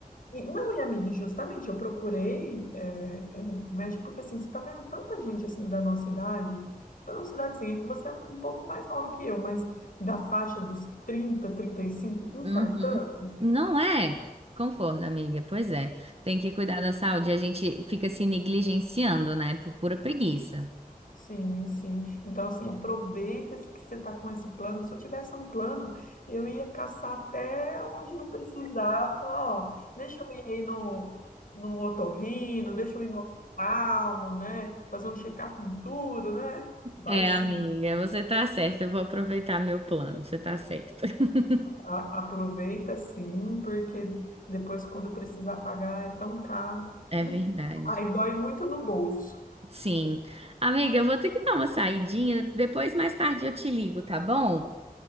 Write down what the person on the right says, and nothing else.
Uhum. Não é? Concordo, amiga. Pois é. Tem que cuidar da saúde. A gente fica se negligenciando, né? Por pura preguiça.
É,
amiga, você tá certa. Eu vou aproveitar meu plano. Você tá certa. <laughs>
É verdade.
Sim. Amiga, eu vou ter que dar uma saidinha. Depois, mais tarde, eu te ligo, tá bom?